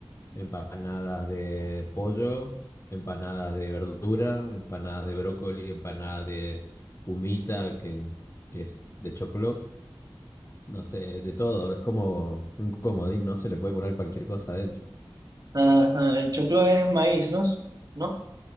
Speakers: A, on the left; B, on the right.
A: empanadas de pollo, empanadas de verdura, empanadas de brócoli, empanadas de humita, que, que es de choclo, no sé, de todo. Es como un comodín, ¿no? Se le puede poner cualquier cosa adentro.
B: Ajá, el choclo es maíz, ¿no? ¿No?